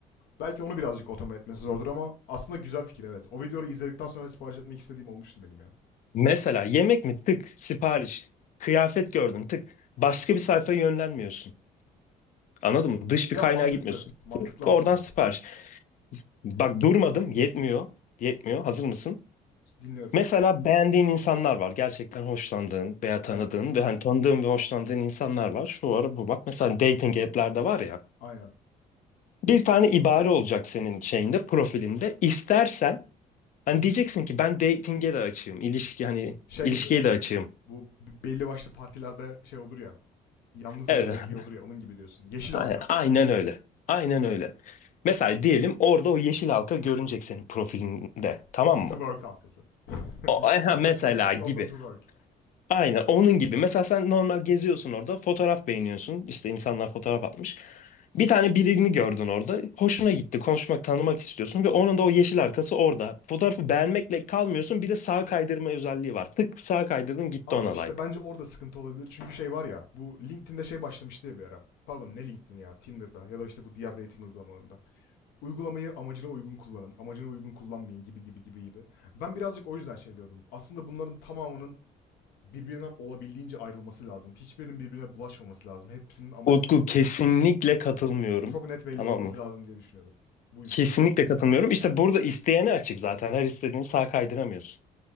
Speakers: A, on the left; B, on the left.
A: Belki onu birazcık otomat etmesi zordur ama aslında güzel fikir evet. O videoyu izledikten sonra sipariş etmek istediğim olmuştu benim ya.
B: Mesela yemek mi? Tık, sipariş. Kıyafet gördün, tık. Başka bir sayfaya yönlenmiyorsun. Anladın mı? Dış
A: Ya
B: bir kaynağa
A: mantıklı.
B: gitmiyorsun.
A: Mantıklı
B: Tık,
A: aslında.
B: oradan sipariş. Bak durmadım, yetmiyor. Yetmiyor. Hazır mısın?
A: Dinliyorum.
B: Mesela beğendiğin insanlar var. Gerçekten hoşlandığın veya tanıdığın
A: Evet.
B: ve hani tanıdığın ve hoşlandığın insanlar var. Şu ara bu bak. Mesela dating app'lerde var ya.
A: Aynen.
B: Bir tane ibare olacak senin şeyinde, profilinde. İstersen hani diyeceksin ki ben dating'e de açığım. İlişki hani
A: Şey
B: ilişkiye
A: gibi.
B: de açığım.
A: Bu b- belli başlı partilerde şey olur ya. Yalnızın
B: Evet.
A: bilekliği
B: <laughs>
A: olur ya. Onun gibi diyorsun. Yeşil
B: Aynen
A: halka.
B: aynen öyle. Aynen öyle. Mesela diyelim orada o yeşil halka görünecek senin profilinde. Tamam
A: Open
B: mı?
A: to work halkası. <laughs> Link-
B: O, aha, mesela
A: LinkedIn
B: gibi.
A: open to work.
B: Aynen onun gibi. Mesela sen normal geziyorsun orada fotoğraf beğeniyorsun. İşte insanlar fotoğraf atmış. Bir tane birini gördün orada. Hoşuna gitti. Konuşmak, tanımak istiyorsun ve onun da o yeşil arkası orada. Fotoğrafı beğenmekle kalmıyorsun. Bir de sağ kaydırma özelliği var. Tık sağ kaydırdın gitti
A: Abi
B: ona
A: işte
B: like.
A: bence orada sıkıntı olabilir. Çünkü şey var ya. Bu LinkedIn'de şey başlamıştı ya bir ara. Pardon ne LinkedIn ya. Tinder'da ya da işte bu diğer dating uygulamalarında. uygulamayı amacına uygun kullanın, amacına uygun kullanmayın gibi gibi gibi gibi. Ben birazcık o yüzden şey diyordum. Aslında bunların tamamının birbirinden olabildiğince ayrılması lazım. Hiçbirinin birbirine bulaşmaması lazım. Hepsinin amacının
B: Utku kesinlikle katılmıyorum.
A: çok net belli
B: Tamam
A: olması
B: mı?
A: lazım diye düşünüyordum. Bu yüzden.
B: Kesinlikle katılmıyorum. İşte burada isteyene açık zaten. Her istediğini sağ kaydıramıyorsun.